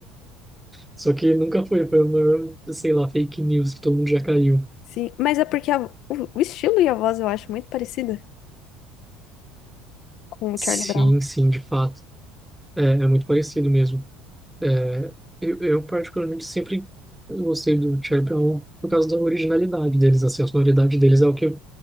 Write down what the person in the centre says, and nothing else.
Só que nunca foi, foi uma, sei lá, fake news que todo mundo já caiu.
Sim,
sim, de fato. É, é muito parecido mesmo. É, eu, eu particularmente sempre gostei do Charlie Brown por causa da originalidade deles, assim, a sonoridade deles é o que